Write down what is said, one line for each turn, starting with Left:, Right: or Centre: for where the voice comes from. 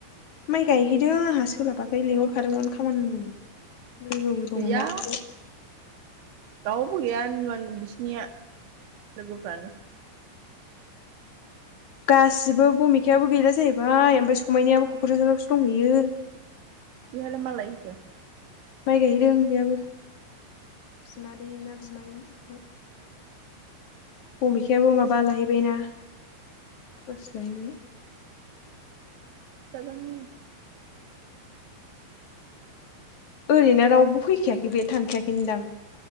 Left: माइ गायहैदों आंहा सोलाबाखै लिंहरखादोंमोन खामानि मावनो, लोगोबो दङना
Right: गैया दाउबो गैया <unintelligible> बिसिनिया लोगोफ्रानो
Left: गासिबो भुमिखायाबो गैला जाहैबाय ओमफ्राय समायनायाबो क'क्राझारावसो दंहैयो,
Right: बिहाय मालाहैखो?
Left: माइ गायैदों बेयाबो बिमा दै ना बिमायं, भुमिखायाबो माबा लाहैबायना क्लास लाहैबाय,
Right: <unintelligible>
Left: ओरैनो रावबो फैखायाखै बे थांखायाखै दां